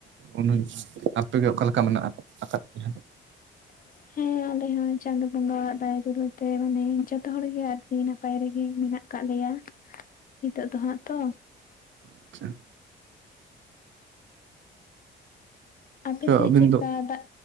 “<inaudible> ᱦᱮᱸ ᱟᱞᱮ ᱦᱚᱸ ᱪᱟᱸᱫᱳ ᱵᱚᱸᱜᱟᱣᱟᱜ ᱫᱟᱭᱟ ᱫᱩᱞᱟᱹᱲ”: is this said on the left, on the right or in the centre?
Left